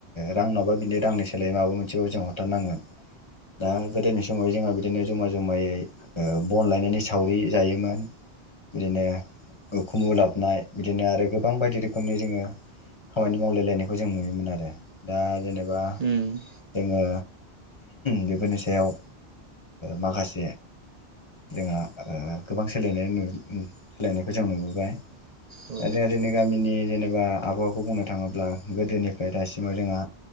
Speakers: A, on the left; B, on the right.
A: रां नाबा बिनि रांनि सोलायै माबा मोनसेबाबो जों हरथारनांगोन दा गोदोनि समाव जोंहा बिदिनो जमा जमायै ओ बन लायनायनि सावरि जायोमोन। बिदिनो उखुमु लाबोनाय बिदिनो आरो गोबां बायदि रोखोमनि जोङो खामानि मावलायलायनायखौ जों नुयोमोन आरो दा जेनबा बा
B: उम उम
A: जोङो बेफोरनि सायाव ओ माखासे जोंहा ओ गोबां सोलायनाय नु उम सोलायनायखौ जों नुबोबाय
B: औ
A: जोंहा जोंनि गामिनि जेनेबा आबहावाखौ बुंनो थाङोब्ला गोदोनिफ्राय दासिमाव जोंहा